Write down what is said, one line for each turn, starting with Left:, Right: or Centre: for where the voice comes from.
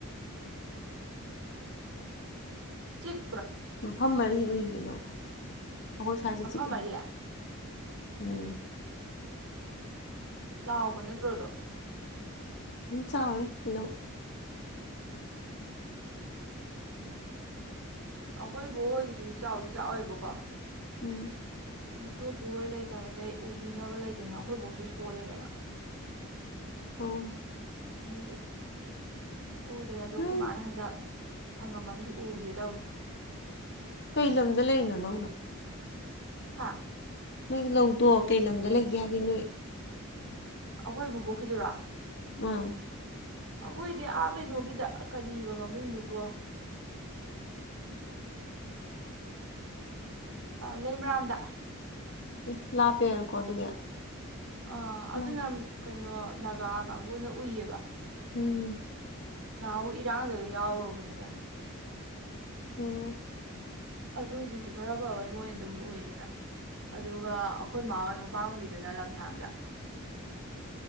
Right: ꯆꯤꯛ
Left: ꯃꯐꯝ ꯃꯔꯤ ꯎꯏꯌꯦ ꯂꯧ ꯑꯩꯈꯣꯏ ꯁ꯭ꯋꯥꯏꯁꯦ
Right: ꯃꯐꯝ
Left: ꯆꯤꯛꯑꯦ
Right: ꯑꯔꯤ
Left: ꯎꯝ
Right: ꯆꯥꯎꯕ ꯅꯠꯇ꯭ꯔꯣꯗꯣ
Left: ꯑꯗꯨꯝ ꯆꯥꯎꯌꯦ ꯑꯗꯨꯝ
Right: ꯑꯩꯈꯣꯏ ꯕꯣꯛ ꯍꯣꯏꯒꯤꯗꯨꯁꯨ ꯆꯥꯎꯗꯤ ꯆꯥꯎꯋꯦꯕꯀꯣ
Left: ꯎꯝ
Right: ꯑꯗꯨ ꯈꯣꯏ ꯄꯨꯍꯣꯏ ꯂꯩꯇꯕꯗꯩ ꯎꯕꯤꯅꯕ ꯂꯩꯇꯗꯅ ꯑꯩꯈꯣꯏ ꯕꯣꯛꯁꯨ ꯁꯣꯜꯂꯦꯗꯅ
Left: ꯑꯣ
Right: ꯑꯗꯨꯒꯤ ꯎꯗ꯭ꯔꯦꯗꯣ
Left: ꯅꯣꯏ
Right: ꯈꯣꯏ ꯃꯥꯅ ꯍꯟꯗꯛ ꯁꯪꯉꯝ ꯑ ꯑꯃꯗꯤ ꯎꯒꯦ ꯇꯧꯔꯤ
Left: ꯀꯩ ꯂꯝꯗ ꯂꯩꯔꯤꯅꯣ ꯅꯪꯅ
Right: ꯍꯥ
Left: ꯅꯣꯏ ꯂꯧꯗꯣ ꯀꯩ ꯂꯝꯗ ꯂꯩꯒꯦ ꯍꯥꯏꯗꯤ ꯅꯣꯏ
Right: ꯑꯩꯈꯣꯏ ꯕꯨꯕꯣꯛꯀꯤꯗꯨꯔꯥ
Left: ꯎꯝ
Right: ꯑꯩꯈꯣꯏꯗꯤ ꯑꯥ ꯀꯩꯅꯣꯒꯤꯗ ꯀꯔꯤꯕ ꯃꯃꯤꯡꯗꯨꯕꯣ ꯂꯩꯃꯔꯥꯝꯗ
Left: ꯑꯦ ꯂꯥꯞꯄꯦꯅꯀꯣ ꯑꯗꯨꯒꯤ
Right: ꯑ ꯑꯗꯨꯅ
Left: ꯂꯥꯞ
Right: ꯀꯩꯅꯣ ꯅꯥꯒꯥ ꯀꯥꯡꯕꯨꯅ ꯎꯏꯌꯦꯕ
Left: ꯎꯝ
Right: ꯅꯍꯥꯟꯨꯛ ꯏꯔꯥꯡꯗꯒ ꯌꯥꯎꯔꯨꯕꯅꯤꯗ
Left: ꯑꯣ
Right: ꯑꯗꯨ ꯍꯧꯖꯤꯛꯇꯤ ꯈꯔ ꯐꯕꯩ ꯃꯣꯏꯅ ꯑꯗꯨꯝ ꯎꯏꯌꯦꯅ ꯑꯗꯨꯒ ꯑꯩꯈꯣꯏꯃꯥ ꯍꯣꯏ ꯃꯄꯥꯝꯒꯤꯗꯨꯅ ꯂꯝꯁꯥꯡꯗ